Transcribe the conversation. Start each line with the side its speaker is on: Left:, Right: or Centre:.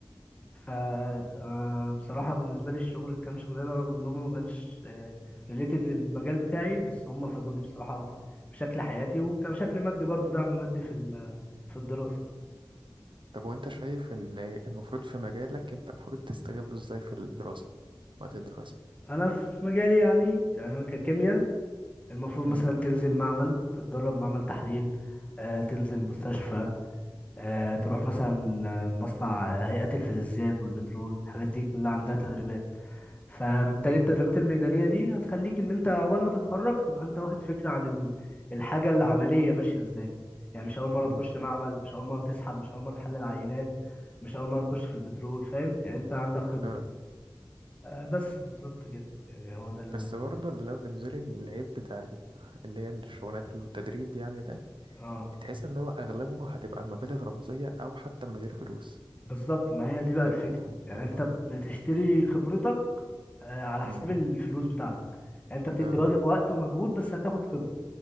Left: ف آه، بصراحة بالنسبة لي الشغل كام شغلانة رغم ان هم ما كانش ريليتد للمجال بتاعي بس هم فادوني بصراحة في شكل حياتي وكشكل مادي برضو دعم مادي في ال- في الدراسة
Right: طب وانت شايف ان المفروض في مجالك انت المفروض تستغله ازاي في الدراسة وقت الدراسة
Left: انا في مجالي يعني يعني انا ككيمياء المفروض مثلا
Right: مم.
Left: تنزل معمل تتدرب معمل تحليل آه، تنزل مستشفى آه، تروح مثلا آه، مصنع آه، هيئة الفلزات والبترول الحاجات دي كلها عندها
Right: مم.
Left: تدريبات فبالتالي التدريبات الميدانية دي هتخليك إن أنت عقبال ما تتخرج تبقى أنت واخد فكرة عن ال- الحاجة العملية ماشية إزاي يعني مش أول مرة تخش
Right: مم.
Left: معمل مش أول مرة تسحب مش أول مرة تحلل عينات مش أول مرة تخش في البترول فاهم يعني أنت عندك خبرة
Right: اه
Left: آه، بس بالظبط كده يعني هو ده ال...
Right: بس برضه اللي هو بالنسبة لي العيب بتاع ال- اللي هي الشغلانات اللي التدريب يعني ده
Left: آه
Right: تحس ان هو اغلبه هتبقى مبالغ رمزية او حتى من غير فلوس
Left: بالظبط ما هي دي بقى
Right: دي
Left: الفكرة
Right: ممكن تبقى مشكلة
Left: يعني أنت
Right: بقى
Left: بتشتري خبرتك آه، على حساب
Right: مم.
Left: الفلوس بتاعتك يعني انت بتدي
Right: اه اه
Left: وج- وقت ومجهود بس هتاخد خبرة